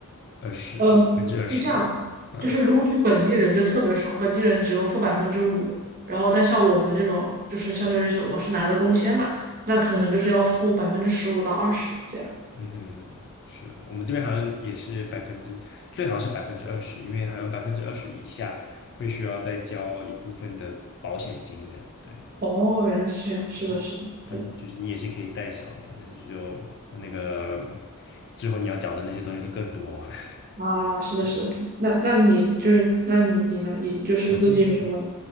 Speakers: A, on the left; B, on the right.
A: 二十百分之二十？
B: 呃，是这样的，
A: 嗯
B: 就是如果是本地人就特别爽，本地人只用付百分之五，然后但像我们这种就是相当于是我是拿的工签嘛，那可能就是要付百分之十五到二十这样。
A: 嗯哼，是我们这边好像也是百分之，最好是百分之二十，因为好像百分之二十以下会需要再交一部分的保险金这样。对
B: 哦，原来是这样，是的，
A: 对，
B: 是的，
A: 他就是你也是可以贷少一点，
B: 对
A: 但是就那个之后你要缴的那些东西都更多。
B: 啊，
A: <laughs>
B: 是的，
A: 对，
B: 是的。那那你就是那你你呢？你就是最近有什么？
A: 我自己嘛。